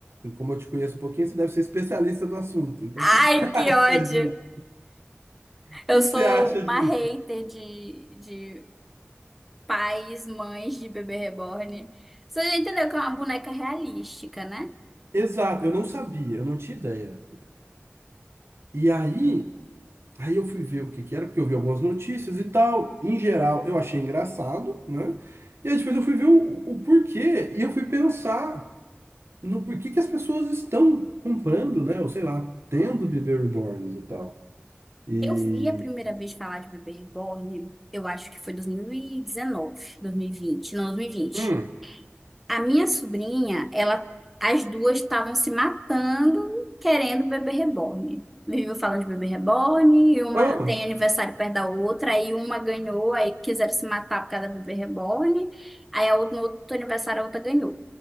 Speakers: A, on the right; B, in the centre.
A: como eu te conheço um pouquinho, você deve ser especialista no assunto.
B: <laughs>
A: Então,
B: Ai,
A: o que que <laughs> você acha
B: que ódio!
A: de, o
B: Eu
A: que
B: sou
A: que você acha
B: uma
A: disso?
B: hater de, de pais, mães de bebê reborn. Você já entendeu que é uma boneca realística, né?
A: Exato, eu não sabia, eu não tinha ideia. E aí. Aí eu fui ver o que que era, porque eu vi algumas notícias e tal. Em geral, eu achei engraçado, né? E aí depois eu fui ver o, o porquê e eu fui pensar no porquê que as pessoas estão comprando, né? Ou sei lá, tendo bebê reborns e tal. E.
B: Eu vi a primeira vez falar de bebê reborn, eu acho que foi dois dois mil mil e dezenove, dois mil e vinte, não, dois mil e vinte.
A: Hum.
B: A minha sobrinha, ela, as duas estavam se matando querendo bebê reborn. Viviam falando de bebê reborn, e uma
A: Ah,
B: tem aniversário perto da outra, aí uma ganhou, aí quiseram se matar por causa da bebê reborn, aí a outra, no outro aniversário a outra ganhou.